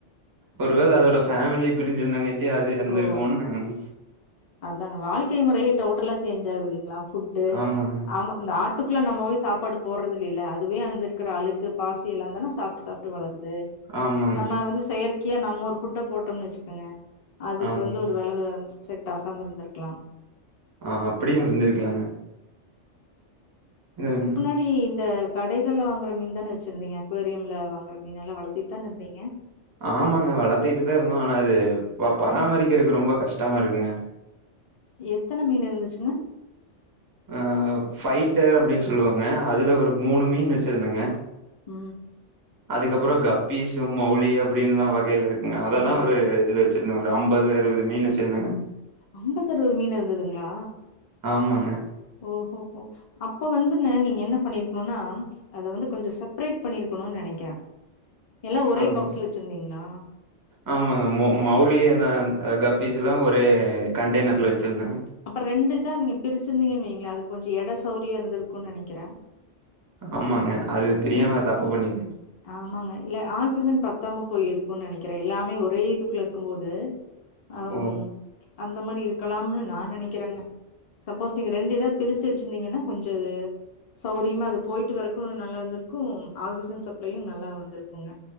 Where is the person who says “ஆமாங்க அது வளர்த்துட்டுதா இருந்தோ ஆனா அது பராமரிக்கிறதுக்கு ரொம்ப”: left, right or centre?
Right